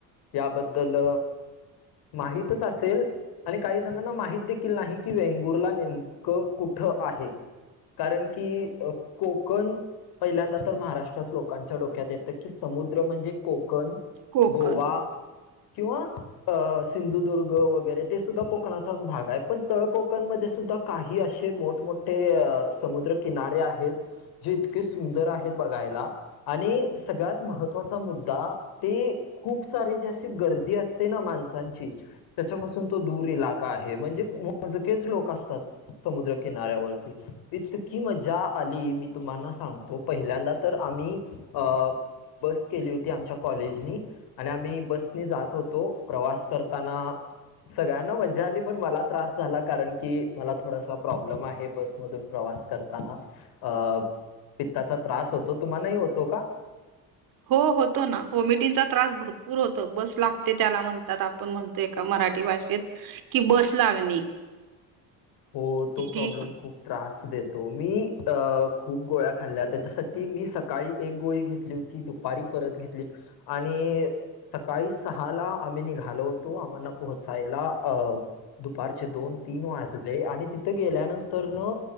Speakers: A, on the left (about 80°); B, on the right (about 65°).
A: याबद्दल माहीतच असेल आणि काही जणांना माहित देखील नाही की वेंगुर्ला नेमकं कुठं आहे. कारण की कोकण पहिल्यांदा तर महाराष्ट्रात डोक्यात येतं की समुद्र म्हणजे कोकण
B: कोकण
A: गोवा किंवा अ, सिंधुदुर्ग वगैरे ते सुद्धा कोकणाचाच भाग हाय पण तळ कोकणमध्ये सुद्धा काही असे मोठमोठे समुद्रकिनारे आहेत जे इतके सुंदर आहेत बघायला. आणि सगळ्यात महत्त्वाचा मुद्दा ते खूप सारे जे अशी गर्दी असते ना माणसांची त्याच्यापासून तो दूर इलाका आहे, म्हणजे मोजकेच लोक असतात. समुद्र किनाऱ्यावरती, इतकी मजा आली मी तुम्हाना सांग तो पहिल्यांदा तर आम्ही अ बस केली होती आमच्या कॉलेजनी आणि आम्ही बसनी जात होतो. प्रवास करताना सगळ्यांना मजा आली, पण मला त्रास झाला, कारण की मला थोडासा प्रॉब्लेम आहे बस मधून प्रवास करताना, अ. पित्ताचा त्रास होतो, तुम्हांनाही होतो का?
B: हो होतो ना,, वोमिटिंगचा त्रास भरपूर होतो, बस लागते त्याला म्हणतात आपण म्हण तो एका मराठी भाषेत, कि बस लागणे
A: हो तो
B: किती
A: प्रॉब्लेम खूप. त्रास देतो मी, अ खूप गोळ्या खाल्ल्या त्याच्यासाठी, मी सकाळी एक गोळी घेतली होती ती दुपारी परत घेतली, आणि सकाळी सहाला आम्ही निघालो होतो, आम्हाला पोहोचायला अ. दुपारचे दोन तीन वाजले, आणि तिथं गेल्यानंतर न.